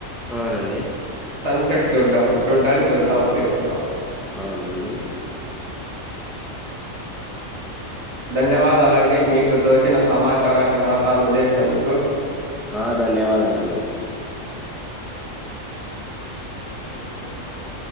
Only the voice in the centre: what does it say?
అవునండి
అవునండి
ఆహ్ ధన్యవాదాలండి ఎ రెండు మాట్లా